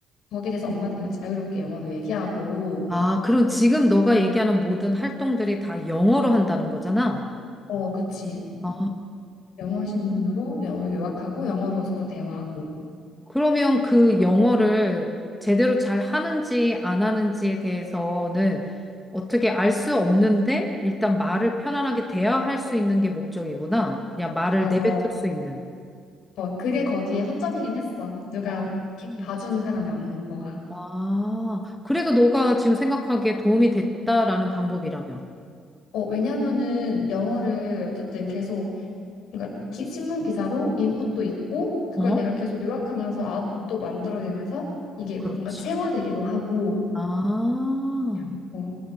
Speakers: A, on the left; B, in the centre.
A: 거기에 대해서 엄마들이랑 자유롭게 영어로 얘기하고
B: 아, 그럼 지금 너가 얘기하는 모든 활동들이 다 영어로 한다는 거잖아?
A: 어, 그치.
B: 아,
A: 영어 신문으로 영어로 요약하고 영어로 서로 대화하고.
B: 그러면 그 영어를 제대로 잘 하는지 안 하는지에 대해서는 어떻게 알 수 없는데 일단 말을 편안하게 대화할 수 있는 게 목적이구나. 그냥 말을
A: 맞아.
B: 내뱉을 수 있는.
A: 어, 그게 거기에 허점이긴 했어. 누가
B: 아,
A: 이렇게
B: 음.
A: 봐주는 사람이 없는 거가.
B: 아, 그래도 너가 지금 생각하기에 도움이 됐다라는 방법이라며.
A: 어, 왜냐면은 영어를 어쨌든 계속 그러니까 기- 신문 기사로 인풋도 있고 그걸
B: 어?
A: 내가 계속 요약하면서 아웃풋도 만들어내면서 이게
B: 그렇지.
A: 뭔가 체화되기도 하고
B: 아.
A: 그냥, 어,